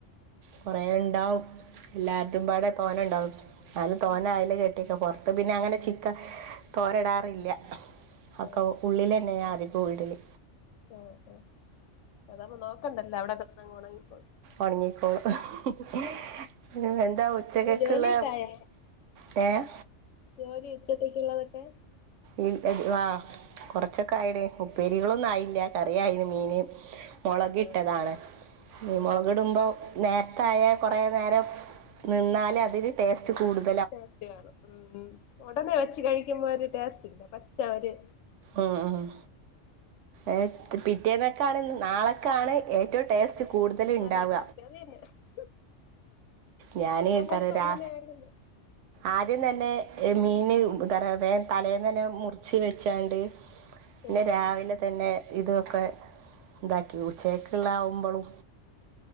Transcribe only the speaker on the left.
ഉം
ആ
ആഹ് ആഹ് അതാവുമ്പോ നോക്കണ്ടല്ലോ അവിടെക്കടന്നൊണങ്ങികോളും
പിന്നെ ജോലിയൊക്കെ ആയോ
ജോലി ഉച്ചത്തേക്കുള്ളതൊക്കെ
ആ ആ
ആ
ആ
ടേസ്റ്റ് കാണും ഉം ഉടനെ വെച്ച് കഴിക്കുമ്പോ ഒര് ടേസ്റ്റില്ല പച്ച ഒര്
നല്ല <unintelligible>
ഞാൻ
മുമ്പ് അങ്ങനെയായിരുന്നു
ഉം
ഉം